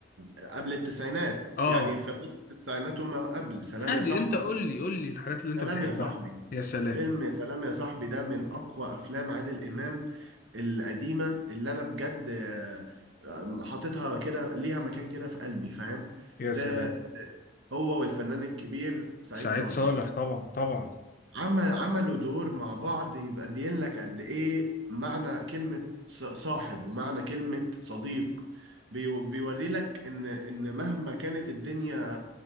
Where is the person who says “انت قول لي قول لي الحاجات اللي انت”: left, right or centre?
Left